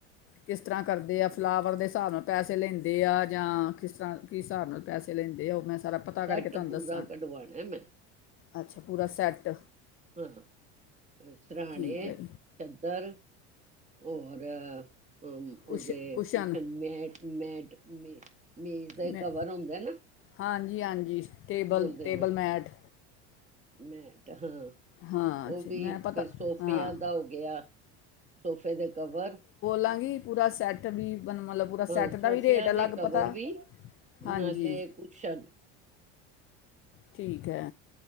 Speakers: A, on the left; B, on the right.
A: ਕਿਸ ਤਰ੍ਹਾਂ ਕਰਦੇ ਆ ਫਲਾਵਰ ਦੇ ਹਿਸਾਬ ਨਾਲ ਪੈਸੇ ਲੈਂਦੇ ਆ ਜਾਂ ਕਿਸ ਤਰ੍ਹਾਂ ਕਿਸ ਹਿਸਾਬ ਨਾਲ ਪੈਸੇ ਲੈਂਦੇ ਆ ਉਹ ਮੈਂ ਸਾਰਾ ਪਤਾ
B: ਸੈਟ
A: ਕਰਕੇ ਤੁਹਾਨੂੰ
B: ਪੂਰਾ
A: ਦੱਸਾਂ
B: ਕਢਵਾਣਾ ਮੈਂ।
A: ਅੱਛਾ ਪੂਰਾ ਸੈੱਟ।
B: ਹਾਂ ਸਰਾਣੇ,
A: ਠੀਕ ਹੈ
B: ਚੱਦਰ ਹੋਰ ਅਮ ਉਹਦੇ
A: ਕੁਸ਼ ਕੁਸ਼ਨ
B: ਕੁਛ ਮੈ ਮੈਟ ਮੇਜ਼ ਦਾ
A: ਮੈਂ
B: ਕਵਰ ਹੁੰਦਾ ਨਾ
A: ਹਾਂਜੀ ਹਾਂਜੀ ਟੇਬਲ
B: ਕੀ ਬੋਲਦੇ
A: ਟੇਬਲ
B: ਆ
A: ਮੈਟ
B: ਮੈਂ ਤਾਂ ਹਾਂ
A: ਹਾਂ ਅੱਛਾ
B: ਉਹ ਵੀ
A: ਮੈਂ ਪਤਾ
B: ਫਿਰ ਸੋਫਿਆਂ
A: ਹਾਂ
B: ਦਾ ਹੋ ਗਿਆ। ਸੋਫੇ ਦੇ ਕਵਰ
A: ਦਾਗੀ ਪੂਰਾ ਸੈੱਟ ਵੀ ਬਣ- ਮਤਲਬ ਪੂਰਾ
B: ਹਾਂ
A: ਸੈੱਟ
B: ਸੋਫਿਆਂ
A: ਦਾ ਵੀ ਰੇਟ
B: ਦੇ
A: ਅਲੱਗ
B: ਕਵਰ
A: ਪਤਾ
B: ਵੀ
A: ਹਾਂਜੀ
B: ਨਾਲੇ ਕੁਸ਼ਨ।
A: ਠੀਕ ਹੈ।